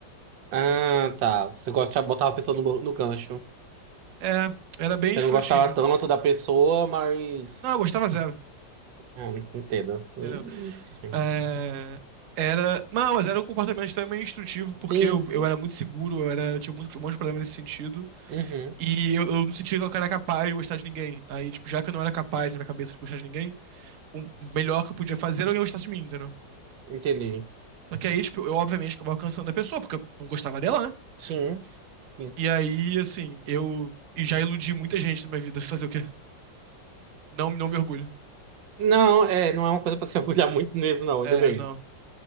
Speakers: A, on the right (about 85°); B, on the right (about 55°).
A: Ah, tá. Você gosta de botar a pessoa no, no gancho.
B: É, era bem
A: Você
B: escrotinho.
A: não gostava tanto da pessoa, mas.
B: Não, eu gostava zero,
A: Ah, entendo. Ixi.
B: entendeu? É, era. Não, mas era um comportamento extremamente instrutivo, porque
A: Sim,
B: eu,
A: sim.
B: eu era muito seguro, eu era, eu tinha muito, um monte de problema nesse sentido.
A: Uhum.
B: E eu, eu não sentia que eu era capaz de gostar de ninguém. Aí, tipo, já que eu não era capaz na minha cabeça de gostar de ninguém, o melhor que eu podia fazer era alguém gostar de mim, entendeu?
A: Entendi.
B: Só que aí, tipo, eu obviamente acabava cansando a pessoa, porque eu não gostava dela, né?
A: Sim. sim.
B: E aí, assim, eu e já iludi muita gente na minha vida. Fazer o quê? Não, não me orgulho.
A: Não, é, não é uma coisa pra se <laughs> orgulhar muito mesmo, não,
B: É,
A: ainda bem.
B: não.